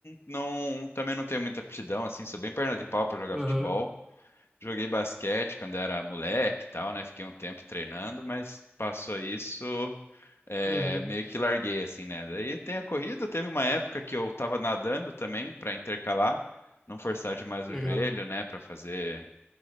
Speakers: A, on the left; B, in the centre.
A: não, também não tenho muita aptidão, assim, sou bem perna de pau para jogar
B: aham,
A: futebol. Joguei basquete quando era moleque e tal, né? Fiquei um tempo treinando, mas passou isso, é,
B: uhum,
A: meio que larguei, assim, né? Daí tem a corrida, teve uma época que eu tava nadando também para intercalar, não forçar demais
B: legal.
A: o joelho, né? Para fazer